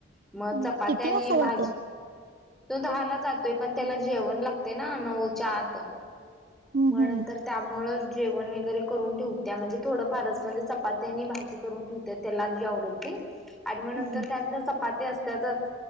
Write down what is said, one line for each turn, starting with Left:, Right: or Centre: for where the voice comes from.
Centre: मग
Right: हम्म.
Centre: चपात्या
Right: किती
Centre: आणि
Right: वाजता
Centre: भाजी
Right: जाते
Centre: तो दहाला जातोय पण त्याला जेवण लागते ना नऊ च्या आत
Right: हम्म
Centre: म्हणून
Right: हम्म
Centre: तर. त्यामुळं जेवण वगैरे करून ठेवत्या म्हणजे थोडंफारच म्हणजे चपात्याने भाजी करून ठेव. ते त्याला जी आवडेल ती. आणि मग नंतर
Right: हम्म
Centre: त्यानंतर चपाती असतातच